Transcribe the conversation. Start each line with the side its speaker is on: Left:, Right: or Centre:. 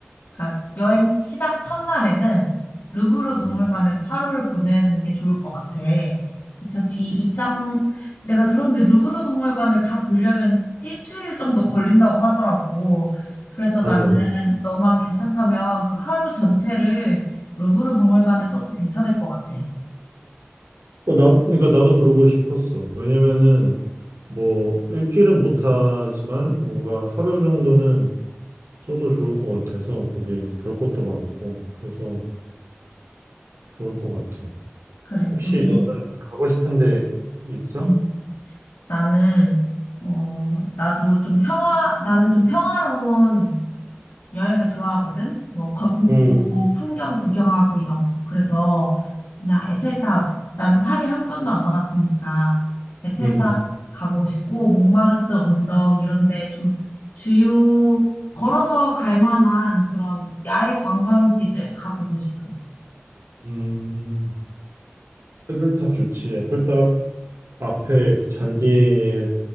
Left: 그러니까 여행 시작 첫날에는 루브르 박물관에서
Right: 음,
Left: 하루를 보내는 게 좋을 것 같아. 어차피 입장, 내가 들었는데 루브르 박물관을 다 보려면 일주일 정도 걸린다고 하더라고. 그래서
Right: 맞아.
Left: 나는 너만 괜찮다면 그 하루 전체를 루브르 박물관에 써도 괜찮을 것 같아.
Right: 어, 나, 그러니까 나도 그러고 싶었어. 왜냐면은 뭐 일주일은 못하지만 뭔가 하루 정도는 써도 좋을 것 같아서 거기 볼 것도 많고 그래서 좋을 것 같아.
Left: 그래,
Right: 혹시
Left: 우리,
Right: 너는 가고 싶은데 있어?
Left: 음, 나는, 어, 나도 좀 평화, 나는 좀 평화로운 여행을 좋아하거든? 뭐, 걷고,
Right: 응,
Left: 풍경 구경하고 이런 거. 그래서, 그냥 에펠탑, 나는 파리 한 번도 안 가봤으니까, 에펠탑
Right: 응,
Left: 가보고 싶고, 몽마르트 언덕, 이런데 좀 주요, 걸어서 갈 만한 그런 야외 관광지들 가보고 싶어.
Right: 음. 에펠탑 좋지. 에펠탑 앞에 잔디에